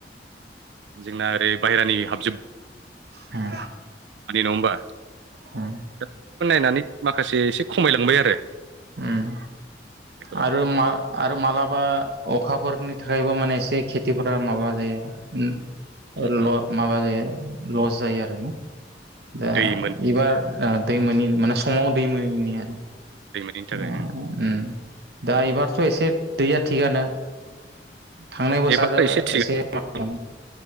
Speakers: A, on the right; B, on the right.
A: जोंना ओरै बायहेरानि हाब
B: हम
A: मानि नङा होमबा?
B: उम
A: दा बेखौ नायनानै माखासे एसे खमायलांबाय आरो।
B: उम
A: बेफोरा
B: आरो मा आरो माला बा अखाफोरनि थाखायबो माने एसे खेथिफोरा माबा जायो उम
A: उम
B: ल
A: उम
B: माबा जायो लस जायो आरोना। दा
A: दै मोन
B: एबार आ दै मोनिनि माने समाव दै मोनिनि आरो।
A: दै मोनैनि थाखाय
B: आ उम दा एबारथ' एसे दैया थिगानो। थांनाय बोसारो
A: एबार थिग
B: एसे <unintelligible>